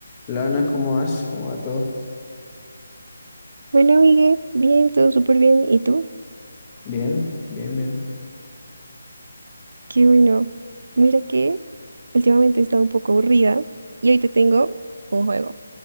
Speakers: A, on the left; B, on the right.
A: Lana, ¿cómo vas? ¿Cómo va todo?
B: Bueno, Miguel, bien, todo súper bien. ¿Y tú?
A: Bien, bien, bien.
B: Qué bueno. Mira que últimamente he estado un poco aburrida y hoy te tengo un juego